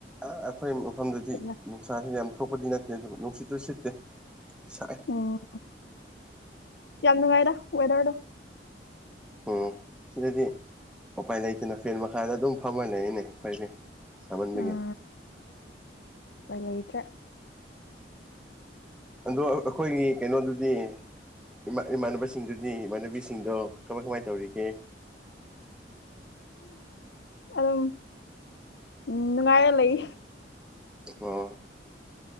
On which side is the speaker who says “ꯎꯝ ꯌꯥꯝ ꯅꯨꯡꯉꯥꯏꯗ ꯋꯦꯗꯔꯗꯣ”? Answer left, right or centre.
Left